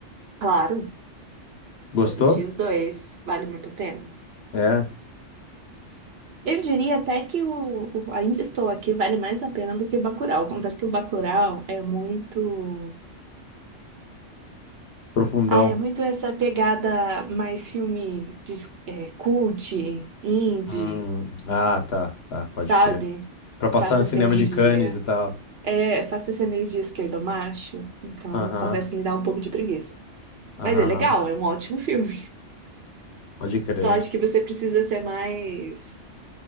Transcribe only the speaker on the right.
Claro,
assisti os dois. Vale muito a pena.
Eu diria até que o, o Ainda Estou Aqui vale mais a pena do que o Bacurau. Confesso que o Bacurau é muito...
Ah, é muito essa pegada mais filme de, é, cult, indie,
sabe?
Passa
essa
energia.
É, faço essa energia esquerdo macho, então
confesso que me dá um pouco de preguiça.
Mas é legal, é um ótimo <laughs> filme.
Só acho que você precisa ser mais.